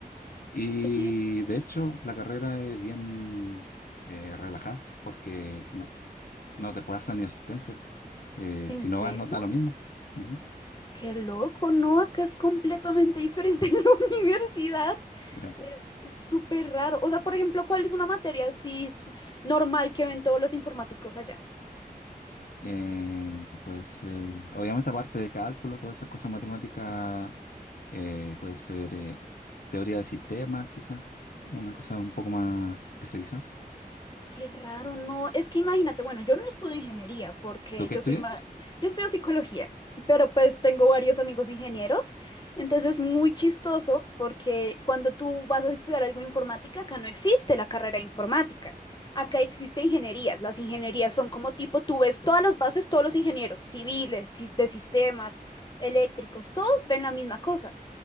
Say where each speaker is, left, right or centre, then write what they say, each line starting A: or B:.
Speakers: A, on the left (about 70°); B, on the left (about 25°).
A: Y
B: Oye,
A: de hecho la carrera es bien eh, relajada porque no, no te pasan ni asistencia. Eh,
B: ¿en
A: si
B: serio?
A: no vas, no da lo mismo. Ujú.
B: Qué loco, ¿no? Acá es completamente diferente <laughs> en la universidad.
A: Claro.
B: Es es súper raro. O sea, por ejemplo, ¿cuál es una materia así s- normal que ven todos los informáticos allá?
A: Eh, puede ser, obviamente aparte de cálculo, todas esas cosas matemáticas, eh, puede ser eh, teoría de sistemas, quizás, una cosa un poco más especializada.
B: Qué raro, no. Es que imagínate, bueno, yo no estudio ingeniería porque
A: ¿Tú qué
B: yo
A: estudias?
B: soy más, yo estudio psicología, pero pues tengo varios amigos ingenieros, entonces es muy chistoso porque cuando tú vas a estudiar algo de informática, acá no existe la carrera de informática. Acá existe ingenierías. Las ingenierías son como tipo, tú ves todas las bases, todos los ingenieros civiles, sis- de sistemas, eléctricos, todos ven la misma cosa.